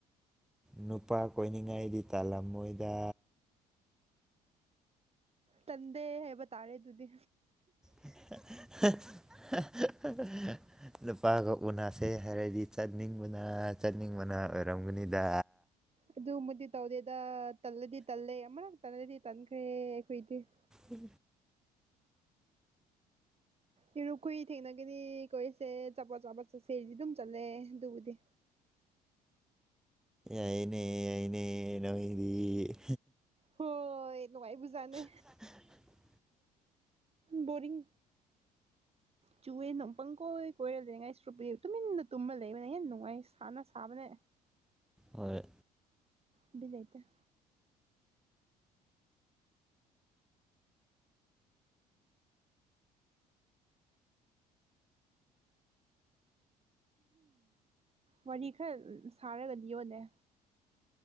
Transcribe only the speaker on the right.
ꯇꯟꯗꯦ ꯍꯥꯏꯕ ꯇꯥꯔꯦ ꯑꯗꯨꯗꯤ
ꯑꯗꯨꯃꯗꯤ ꯇꯧꯗꯦꯗ ꯇꯜꯂꯗꯤ ꯇꯜꯂꯦ ꯑꯃꯔꯛꯇ ꯇꯜꯂꯗꯤ ꯇꯟꯈ꯭ꯔꯦ ꯑꯩꯈꯣꯏꯗꯤ
ꯌꯦꯔꯨ ꯀꯨꯏ ꯊꯦꯡꯅꯒꯅꯤ ꯀꯣꯏꯔꯤꯁꯦ ꯆꯠꯄꯣꯠ ꯆꯥꯄꯠ ꯆꯠꯁꯦꯗꯤ ꯑꯗꯨꯝ ꯆꯠꯂꯦ ꯑꯗꯨꯕꯨꯗꯤ
ꯍꯣꯏ ꯅꯨꯡꯉꯥꯏ ꯕꯨꯖꯥꯅꯦ
ꯕꯣꯔꯤꯡ ꯆꯨꯋꯦꯅ ꯄꯪꯀꯣꯏ ꯀꯣꯏꯔ ꯂꯩꯅꯤꯡꯉꯥꯏ ꯁꯨꯔꯨꯞꯄ ꯇꯨꯃꯤꯟꯅ ꯇꯨꯝꯃ ꯂꯩꯕꯅꯦ ꯍꯦꯟꯅ ꯅꯨꯡꯉꯥꯏ ꯁꯥꯅ ꯁꯥꯕꯅꯦ
ꯕꯤꯠ ꯂꯩꯏꯇꯦ ꯋꯥꯔꯤ ꯈꯔ ꯁꯥꯔꯒ ꯂꯤꯎꯅꯦ